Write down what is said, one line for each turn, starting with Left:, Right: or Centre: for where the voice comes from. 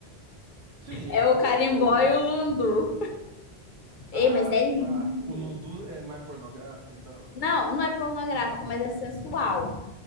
Right: Sim,
Left: É
Right: é
Left: o
Right: o.
Left: carimbó e o lundu. Ei,
Right: Ah,
Left: mas é lindo.
Right: tá. O Lundu é mais pornográfico, então?
Left: Não, não é pornográfico,
Right: Não?
Left: mas é sensual.